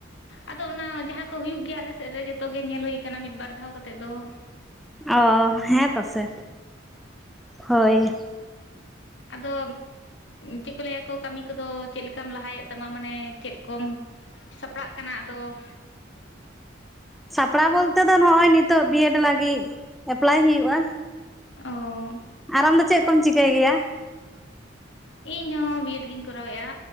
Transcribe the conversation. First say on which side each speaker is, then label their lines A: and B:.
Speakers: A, on the left; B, in the centre.
A: ᱟᱫᱚ ᱚᱱᱟ ᱡᱟᱦᱟᱸ ᱠᱚ ᱦᱩᱭᱩᱜ ᱜᱮᱭᱟ ᱟᱞᱮᱥᱮᱫ ᱨᱮ ᱡᱚᱛᱚ ᱜᱮ ᱧᱮᱞ ᱦᱩᱭ ᱟᱠᱟᱱᱟ ᱢᱤᱫ ᱵᱟᱨ ᱫᱷᱟᱣ ᱠᱟᱛᱮ ᱫᱚ ᱾
B: ᱚ ᱦᱮᱸ‌ ᱯᱟᱥᱮ, ᱦᱳᱭᱼᱼ
A: ᱟᱫᱚ ᱪᱮᱫ ᱠᱚ ᱞᱟᱹᱭᱟᱠᱚ ᱠᱟᱹᱢᱤ ᱠᱚᱫᱚ ᱪᱮᱫ ᱞᱮᱠᱟᱢ ᱞᱟᱦᱟᱭᱮᱫ ᱛᱟᱢᱟ ᱢᱟᱱᱮ, ᱪᱮᱫ ᱠᱚᱢᱼᱼ ᱥᱟᱯᱲᱟᱜ ᱠᱟᱱᱟ ᱟᱫᱚᱼᱼ
B: ᱥᱟᱯᱲᱟᱣ ᱵᱚᱞᱛᱮ ᱫᱚ ᱱᱚᱜᱼᱚᱭ ᱱᱤᱛᱚᱜ ᱵᱤᱭᱮᱰ ᱞᱟᱹᱜᱤᱫ ᱮᱯᱞᱟᱭ ᱦᱩᱭᱩᱜᱼᱟ ᱾
A: ᱚᱸ
B: ᱟᱨ ᱟᱢᱫᱚ ᱪᱮᱫ ᱠᱚᱢ ᱪᱤᱠᱟᱹᱭ ᱜᱮᱭᱟ?
A: ᱤᱧ ᱦᱚᱸ ᱵᱤᱮᱰ ᱜᱤᱧ ᱠᱚᱨᱟᱣᱮᱫᱼᱟ